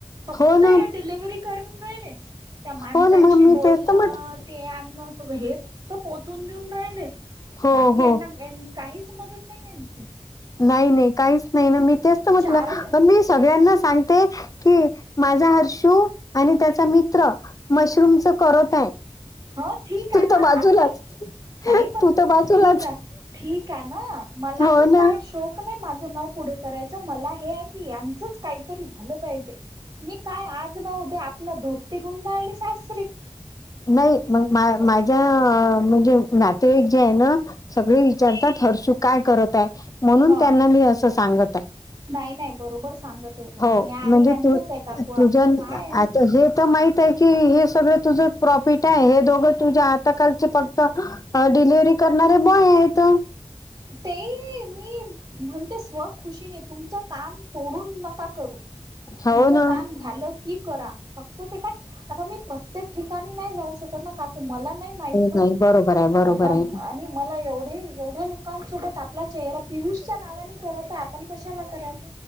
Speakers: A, on the right; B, on the left.
A: फक्त
B: हो ना
A: हे डिलव्हरी करून राहिले. त्या माणसांशी
B: हो ना मग मी
A: बोलणं
B: तेच तर म्हटलं
A: ते अ्न सगळ हे फक्त पोचून देऊन राहिले,
B: हो
A: बाकी यांना.
B: हो
A: काहीच मदत नाही याची.
B: नाही नाही काहीच नाही ना मी, तेच तर म्हटलं
A: चार
B: पण मी सगळ्यांना सांगते. कि माझा हर्षू आणि त्याचा मित्र मशरूमचचा करत आहे.
A: ह ठीक
B: तू
A: आहे ना
B: तर बाजूलाच,
A: आपल्याला नाही पण
B: तू तर बाजूलाच.
A: ठीक आहे ठीक आहे ना मला
B: हो
A: पण
B: ना
A: काय शोक नाही माझं नाव पुढे करायचं, मला हे आहे की यांचंच काहीतरी झालं. पाहिजे मी काय आज न उद्या, आपला धोपटी गुंडाळली सासरी.
B: नाही मग मा माझ्या म्हणजे नातेवाईक जे आहे ना सगळे विचारतात हर्षू काय करत आहे म्हणून
A: हा
B: त्यांना मी असं सांगत आहे.
A: नाही नाही बरोबर सांगत आहे तुम्ही
B: हो
A: हे आहे
B: म्हणजे
A: यांचंच
B: तु
A: आहे काकू आपलं
B: तुझा अन
A: काय आहे?
B: आता हे तर माहित की हे सगळं तुझं प्रॉफिट आहे हे दोघ. तुझ्या हाताखालचे फक्त डिलिव्हरी करणारे बॉय आहेत.
A: ते मी म्हणते, स्व खुशीने तुमचा. काम सोडून नका करू
B: हो
A: तुमचं
B: ना
A: काम झालं की करा. फक्त ते काय आता मी प्रत्येक ठिकाणी नाही, जाऊ शकत ना काकू मला नाही. नाही माहित ना
B: नाही बरोबर आहे बरोबर
A: मला
B: आहे
A: आणि मला एवढी एवढ्या लोकांसोबत आपला चेहरा पियुष च्या नावाने करत आहे आपण कशाला करायच.